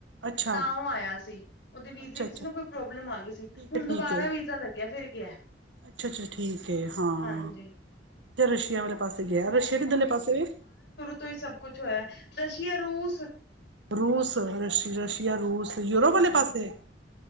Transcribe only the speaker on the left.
ਤਾਂ ਓ ਆਏਆ ਸੀ, ਓਦੇ ਵੀਜ਼ੇ
ਵਿਚ
ਨਾ ਕੋਈ ਪ੍ਰੋਬਲਮ ਆਗੀ ਸੀ।
ਹੁਣ
ਦੁਬਾਰਾ
ਵੀਜ਼ਾ ਲੱਗਿਆ ਫਿਰ ਗਿਆ
ਹਾਂਜੀ
ਤੋ ਈ ਸਬ ਕੁੱਛ ਹੋਏਆ ਰਸ਼ੀਆ, ਰੂਸ।
ਹਾਂ